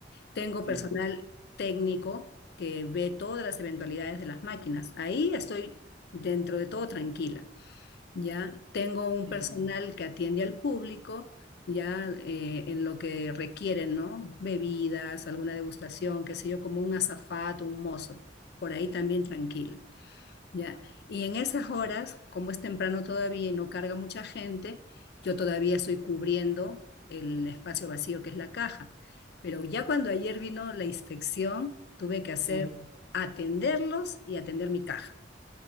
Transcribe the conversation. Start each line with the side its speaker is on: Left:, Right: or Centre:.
Left: Tengo
Right: sí.
Left: personal técnico que ve todas las eventualidades de las máquinas. Ahí estoy dentro de todo tranquila, ya. Tengo un
Right: ujú,
Left: personal que atiende al público, ya eh, en lo que requieren, ¿no? Bebidas, alguna degustación, qué sé yo, como un azafato, un mozo. Por ahí también tranquila. Ya, y en esas horas, como es temprano todavía y no carga mucha gente, yo todavía estoy cubriendo el espacio vacío que es la caja. Pero ya cuando ayer vino la inspección, tuve que hacer
Right: sí.
Left: atenderlos y atender mi caja.